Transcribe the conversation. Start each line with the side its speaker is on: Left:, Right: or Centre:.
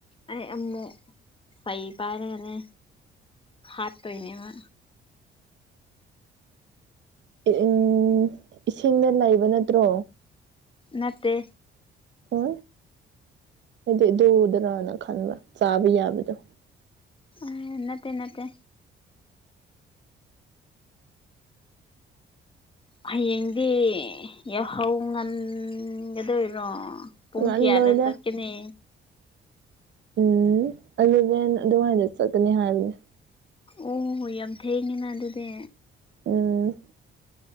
Left: ꯑꯩ ꯑꯃꯨꯛ ꯐꯩ ꯄꯥꯏꯔꯒꯅꯦ ꯍꯥꯠꯇꯣꯏꯅꯦꯕ
Right: ꯎꯝ ꯏꯁꯤꯡꯗ ꯂꯩꯕ ꯅꯠꯇ꯭ꯔꯣ
Left: ꯅꯠꯇꯦ
Right: ꯍ ꯑꯩꯗꯤ ꯑꯗꯨꯗꯔꯅ ꯈꯟꯕ ꯆꯥꯕ ꯌꯥꯕꯗꯣ
Left: ꯑ ꯅꯠꯇꯦ ꯅꯠꯇꯦ ꯍꯌꯦꯡꯗꯤ ꯌꯥꯍꯧ ꯉꯟꯒꯗꯣꯏꯔꯣ ꯄꯨꯡ
Right: ꯉꯟꯂꯣꯏꯗ
Left: ꯀꯌꯥꯗ ꯆꯠꯀꯅꯤ
Right: ꯎꯝ ꯑꯂꯚꯦꯟ ꯑꯗꯨꯋꯥꯏꯗ ꯆꯠꯀꯅꯤ ꯍꯥꯏꯕꯅꯦ
Left: ꯑꯣ ꯌꯥꯝ ꯊꯦꯡꯉꯤꯅ ꯑꯗꯨꯗꯤ
Right: ꯎꯝ